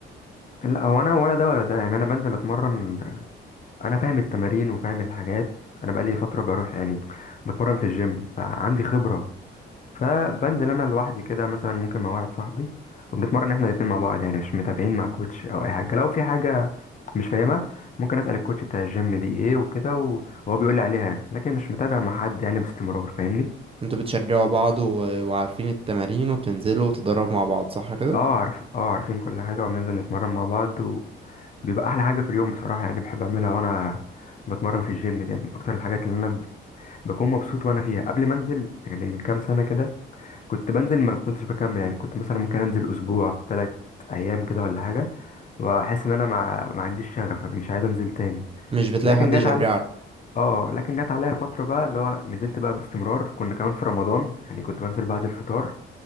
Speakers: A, on the left (about 40°); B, on the right (about 30°).
A: لا هو انا ولا ده ولا ده يعني انا بنزل اتمرن انا فاهم التمارين وفاهم الحاجات انا بقالي فتره بروح يعني بتمرن في الجيم فعندي خبره فبنزل انا لوحدي كده مثلا ممكن مع واحد صاحبي وبنتمرن احنا الاتنين مع بعض يعني مش متابعين مع كوتش او اي حاجه لو في حاجه مش فاهمها ممكن اسال الكوتش بتاع الجيم دي ايه وكده وهو بيقول لي عليها يعني لكن مش متابع مع حد يعني باستمرار فاهمني
B: انتوا بتشجعوا بعض و... وعارفين التمارين وبتنزلوا وتتدربوا مع بعض صح كده
A: اه عارف اه عارفين كل حاجة وبننزل نتمرن مع بعض وبيبقى أحلى حاجة في اليوم بصراحة يعني بحب أعملها وأنا بتمرن في الجيم دي يعني من أكتر الحاجات اللي أنا بكون مبسوط وأنا فيها قبل ما أنزل يعني من كام سنة كده كنت بنزل ما كنتش بكمل يعني كنت مثلا ممكن أنزل أسبوع تلات أيام كده ولا حاجة وأحس إن أنا ما, ما عنديش شغف أنا مش عايز أنزل تاني
B: مش بتلاقي
A: لكن
B: حد
A: جت
B: يشجعك
A: على اه لكن جت عليا فترة بقى اللي هو نزلت بقى باستمرار كنا كمان في رمضان يعني كنت بنزل بعد الفطار